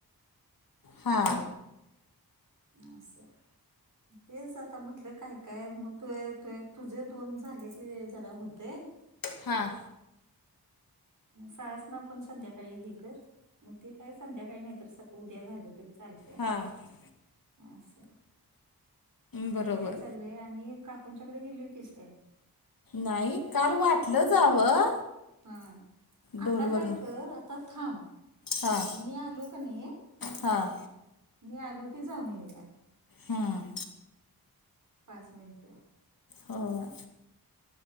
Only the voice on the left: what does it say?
हा.
हां
हां
बरोबर
नाई काल वाटलं जावं.
ढोलवरनं
हां
हां
हम्म.
हो हो.